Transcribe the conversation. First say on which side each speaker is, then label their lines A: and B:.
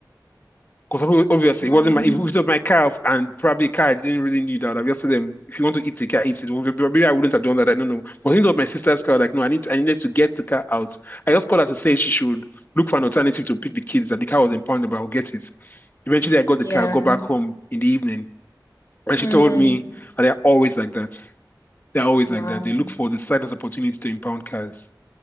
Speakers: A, on the left; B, on the left.
A: Because obviously, it
B: um,
A: wasn't my, if it was my car and probably a car I didn't really need, I would have just told them, if you want to eat the car, eat it. Maybe I wouldn't have done that. I don't know. But since it was my sister's car, like, no, I need, to, I needed to get the car out. I just called her to say she should look for an alternative to pick the kids, that the car was impounded, but I'll get it. Eventually, I got the
B: yeah.
A: car, go back home in the evening, and
B: Mm.
A: she told me, and they're always like that. They're always
B: Wow.
A: like that. They look for the slightest opportunity to impound cars.